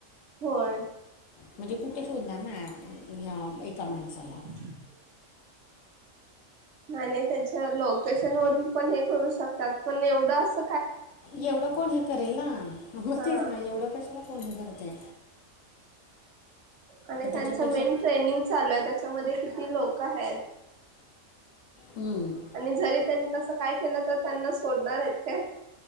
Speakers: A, on the right; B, on the left.
A: होय
B: म्हणजे कुठे शोधणार ना ह्या एका माणसाला
A: ह आणि त्याच्या लोकेशन वरून पण हे करू शकतात पण एवढं अस
B: एवढं कोण हे करेल ना म
A: हा
B: तेच ना एवढं कशाला कोण हे करते
A: आणि त्यांच
B: त्याच्यापेक्षा
A: मेन ट्रेनिंग चालू आहे त्याच्यामध्ये किती लोक आहेत
B: हम्म
A: आणि जरी त्यांनी तसं काय केलं तर त्यांना सोडणार आहेत काय